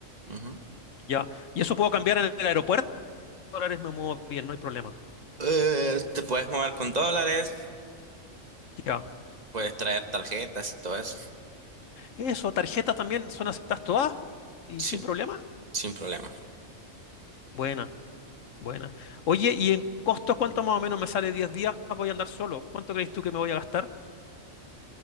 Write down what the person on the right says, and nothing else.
Ujú.
Eh, te puedes mover con dólares,
puedes traer tarjetas y todo eso,
sin,
sin problema.